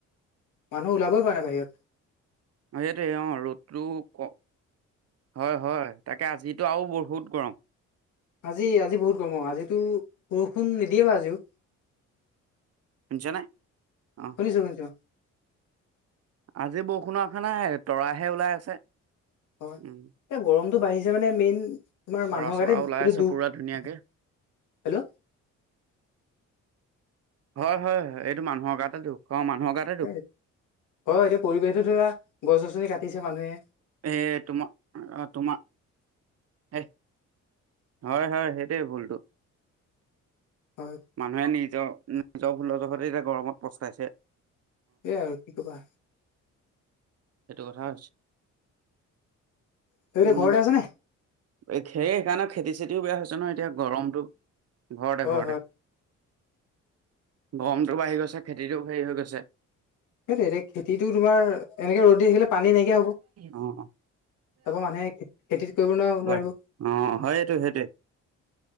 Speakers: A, on the left; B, on the right.
A: মানুহ ওলাবই পৰা নাই বাহিৰত।
B: সেইটোৱে অ', ৰ'দটো ক হয়, হয় তাকে আজিতো আৰু বহুত গৰম।
A: আজি আজি বহুত গৰম অ', আজিতো বৰষুণ নিদিয়ে বাৰু আজিও।
B: শুনিছা নে, অ',
A: শুনিছো শুনিছো।
B: আজি বৰষুণৰ আখা নাই তৰাহে ওলাই আছে।
A: হয়,
B: উম
A: এই গৰমটো বাঢ়িছে মানে মেইন তোমাৰ
B: তৰা
A: মানুহৰ
B: চৰা
A: গাতে এইটো
B: ওলাই আছে
A: দুখ।
B: পুৰা ধুনীয়াকে
A: হেল্ল'
B: হয়, হয়, হয়, এইটো মানুহৰ গাতে দুখ অ' মানুহৰ গাত
A: হয়, এতিয়া পৰিৱেশটো ধৰা, গছ গছনি কাটিছে মানুহে।
B: এ তোমাৰ তোমাৰ এ হয়, হয়, সেইটোৱে ভুলতো।
A: হয়,
B: মানুহে নিজৰ নিজৰ ভুলৰ জহতে এতিয়া গৰমত পস্তাইছে।
A: এয়াই আৰু কি কবা।
B: সেইটো কথা হৈছে।
A: তুমি
B: উম,
A: এতিয়া ঘৰতে আছে নে
B: সে সেইকাৰণে খেতি চেতিও বেয়া হৈছে ন' এতিয়া গৰমটো ঘৰতে
A: হয়
B: ঘৰতে।
A: হয়
B: গৰমটো বাঢ়ি গৈছে খেতিটো হেৰি হৈ গৈছে।
A: সেইটোৱে এতিয়া খেতিটো তোমাৰ এনেকে ৰ'দ দি থাকিলে পানী নাইকিয়া হ'ব,
B: অ অ
A: তাৰপৰা মানুহে খেতি কৰিব নোৱাৰ
B: হয়।
A: নোৱাৰিব।
B: অ', হয়টো সেইটোৱে